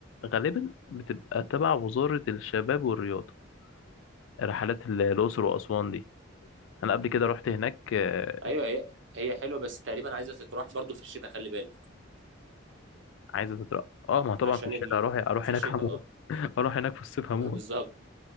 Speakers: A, on the left; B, on the right.
A: غالبا بتبقى تبع وزارة الشباب والرياضة رحلات ال- الأقصر وأسوان دي أنا قبل كده رحت هناك آه،
B: أيوه هي هي حلوة بس تقريبا عايزة تتراح برضو في الشتاء خلي بالك
A: عايزة تترقى أه ما هو طبعا
B: عشان
A: في الشتاء
B: ال...
A: أروح أروح
B: في
A: هناك
B: الشتاء
A: هموت
B: أه
A: <laughs> أروح هناك في الصيف هموت
B: <laughs> بالظبط